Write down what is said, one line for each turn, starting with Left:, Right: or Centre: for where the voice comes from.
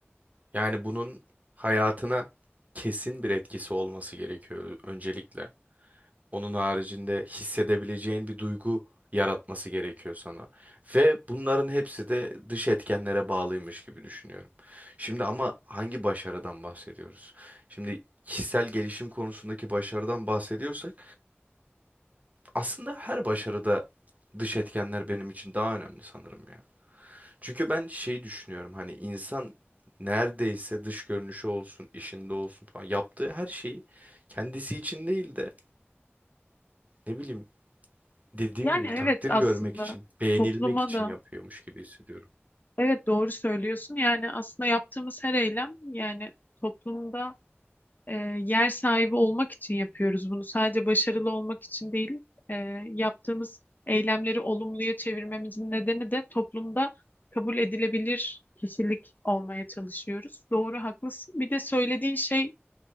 Right: Yani bunun hayatına kesin bir etkisi olması gerekiyor öncelikle. Onun haricinde hissedebileceğin bir duygu yaratması gerekiyor sana. Ve bunların hepsi de dış etkenlere bağlıymış gibi düşünüyorum. Şimdi ama hangi başarıdan bahsediyoruz? Şimdi kişisel gelişim konusundaki başarıdan bahsediyorsak aslında her başarıda dış etkenler benim için daha önemli sanırım ya. Çünkü ben şey düşünüyorum hani insan neredeyse dış görünüşü olsun, işinde olsun falan yaptığı her şeyi kendisi için değil de ne bileyim dediğim
Left: Yani
Right: gibi
Left: evet
Right: takdir
Left: aslında
Right: görmek için, beğenilmek
Left: topluma
Right: için
Left: da
Right: yapıyormuş gibi hissediyorum.
Left: evet doğru söylüyorsun. Yani aslında yaptığımız her eylem yani toplumda e, yer sahibi olmak için yapıyoruz bunu. Sadece başarılı olmak için değil, e, yaptığımız eylemleri olumluya çevirmemizin nedeni de toplumda kabul edilebilir kişilik olmaya çalışıyoruz. Doğru, haklısın. Bir de söylediğin şey